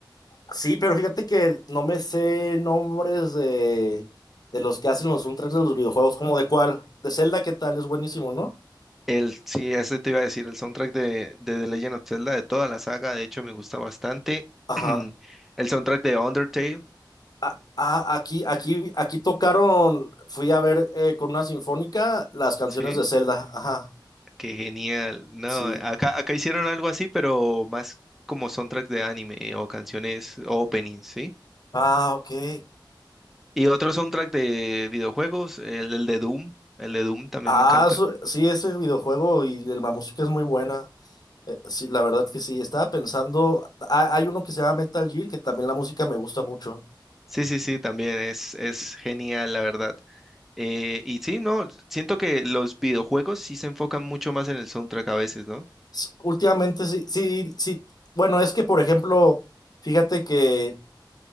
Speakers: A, on the left; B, in the centre.
A: Sí, pero fíjate que no me sé nombres de, de los que hacen los soundtracks de los videojuegos, como de cuál, de Zelda, ¿qué tal? Es buenísimo, ¿no?
B: El, sí, ese te iba a decir, el soundtrack de, de The Legend of Zelda, de toda la saga, de hecho, me gusta bastante.
A: Ajá.
B: <clears throat> El soundtrack de Undertale,
A: Ah, ah, aquí, aquí, aquí tocaron, fui a ver eh, con una sinfónica las canciones
B: sí,
A: de Zelda, ajá,
B: qué genial. No,
A: sí.
B: acá, acá hicieron algo así, pero más como soundtrack de anime o canciones o openings, ¿sí?
A: Ah, ok.
B: Y otro soundtrack de videojuegos, el, el de Doom, el de Doom también
A: Ah,
B: me encanta.
A: eso- sí, ese videojuego y el- la música es muy buena. Eh, sí, la verdad que sí. Estaba pensando, ah, hay uno que se llama Metal Gear, que también la música me gusta mucho.
B: Sí, sí, sí, también es, es genial, la verdad. Eh, y sí, no, siento que los videojuegos sí se enfocan mucho más en el soundtrack a veces, ¿no?
A: S- Últimamente sí, sí, sí. Bueno, es que por ejemplo, fíjate que